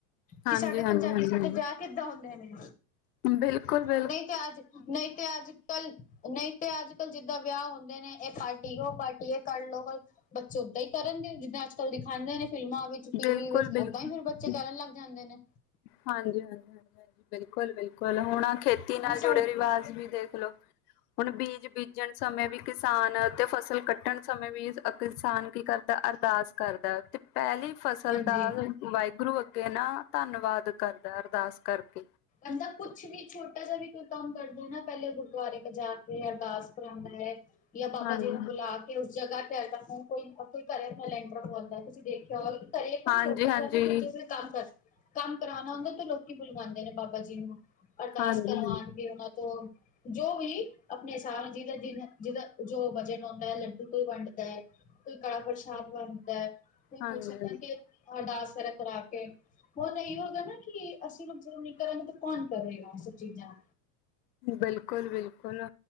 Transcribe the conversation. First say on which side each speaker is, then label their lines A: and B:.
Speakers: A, on the left (about 70°); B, on the left (about 15°).
A: ਹਾਂਜੀ-ਹਾਂਜੀ-ਹਾਂਜੀ-ਹਾਂਜੀ
B: ਕਿ ਸਾਡੇ ਪੰਜਾਬੀਆਂ ਦੇ, ਵਿਆਹ ਕਿੱਦਾਂ ਹੁੰਦੇ ਨੇ।
A: ਬਿਲਕੁਲ ਬਿ-
B: ਨਹੀਂ ਤੇ ਅੱਜ, ਨਹੀਂ ਤੇ ਅੱਜ ਕੱਲ੍ਹ ਨਹੀਂ ਤੇ ਅੱਜ ਕੱਲ੍ਹ, ਜਿੱਦਾਂ ਵਿਆਹ ਹੁੰਦੇ ਨੇ, ਇਹ ਪਾਰਟੀ, ਉਹ ਪਾਰਟੀ, ਇਹ ਕਰ ਲਓ ਬੱਸ ਬੱਚੇ ਓਦਾਂ ਹੀ ਕਰਨਗੇ, ਜਿੱਦਾਂ ਅੱਜ ਕੱਲ੍ਹ ਦਿਖਾਂਦੇ ਨੇ, ਫ਼ਿਲਮਾਂ ਵਿੱਚ, ਟੀਵੀ
A: ਬਿਲਕੁਲ-ਬਿਲਕੁਲ
B: ਵਿੱਚ, ਉਦਾਂ ਫੇਰ ਬੱਚੇ ਕਰਨ ਲੱਗ ਜਾਂਦੇ ਨੇ।
A: ਹਾਂਜੀ, ਹਾਂਜੀ, ਹਾਂਜੀ, ਹਾਂਜੀ ਬਿਲਕੁਲ, ਬਿਲਕੁਲ ਹੁਣ ਖੇਤੀ ਖੇਤੀ ਨਾਲ
B: ਬਹੁਤ ਸਾਰੇ
A: ਜੁੜੇ, ਰਿਵਾਜ਼ ਵੀ ਦੇਖਲੋ। ਹੁਣ ਬੀਜ ਬੀਜਣ ਸਮੇਂ ਵੀ ਕਿਸਾਨ, ਅਤੇ ਫਸਲ ਕੱਟਣ ਸਮੇਂ ਵੀ ਕਿਸਾਨ ਕੀ ਕਰਦਾ, ਤੇ ਅਰਦਾਸ ਕਰਦਾ, ਪਹਿਲੀ ਫਸਲ
B: ਹਾਂਜੀ
A: ਦਾ ਵਾਹਿਗੁਰੂ ਅੱਗੇ ਨਾ ਧੰਨਵਾਦ ਕਰਦਾ, ਅਰਦਾਸ ਕਰਕੇ।
B: ਐਦਾਂ ਕੁਛ ਵੀ ਛੋਟਾ ਜਿਹਾ ਵੀ ਕੋਈ ਕੰਮ ਕਰਦੇ ਹਾ, ਪਹਿਲੇ ਗੁਰਦੁਆਰੇ ਜਾ ਕੇ ਅਰਦਾਸ ਕਰਾਉਂਦਾ ਹੈ। ਯਾ ਬਾਬਾ
A: ਹਾਂਜੀ
B: ਜੀ ਨੂੰ ਬੁਲਾ ਕੇ ਉਸ ਜਗ੍ਹਾ ਤੇ ਕੋਈ ਨਾ ਕੋਈ ਘਰੇ ਲੈਂਟਰ ਪਾਉਂਦਾ, ਤੁਸੀਂ ਦੇਖਿਆ ਹੋ ਘਰੇ ਕੋਈ,
A: ਹਾਂਜੀ
B: ਛੋਟਾ
A: ਹਾਂਜੀ
B: ਜਹਾ ਵੀ ਕੁਛ ਕੰਮ ਕਰ ਕੰਮ ਕਰਾਉਣਾ ਹੁੰਦਾ, ਤੇ ਲੋਕੀ ਬੁਲਵਾਉਂਦੇ ਨੇ ਬਾਬਾ ਜੀ ਨੂੰ। ਅਰਦਾਸ
A: ਹਾਂਜੀ
B: ਕਰਵਾਉਣਗੇ। ਉਹਨਾਂ ਤੋਂ ਜੋ ਵੀ ਆਪਣੇ ਹਿਸਾਬ ਜਿਹਦਾ, ਜਿ ਜਿਹਦਾ ਜੋ ਜਿਦਾ ਬਜ਼ਟ ਹੁੰਦਾ, ਲੱਡੂ ਕੋਈ ਵੰਡਦਾ। ਕੋਈ ਕੜਾ ਪ੍ਰਸ਼ਾਦ ਬਣਦਾ। ਕੋਈ
A: ਹਾਂਜੀ
B: ਪੁੱਛੇ
A: ਹਾਂਜੀ
B: ਤਾਂ, ਕਿ ਅਰਦਾਸ ਕਰ ਕਰਾ ਕੇ, ਬਹੁਤਾਂ ਇਹੀ ਹੋਗਾ ਨਾ। ਕਿ ਅਸੀਂ ਹੁਣ ਨੀ ਕਰਾਂਗੇ, ਤਾਂ ਕੌਣ ਕਰੇਗਾ ਇਹ ਸਭ ਚੀਜ਼ਾਂ।
A: ਬਿਲਕੁਲ-ਬਿਲਕੁਲ।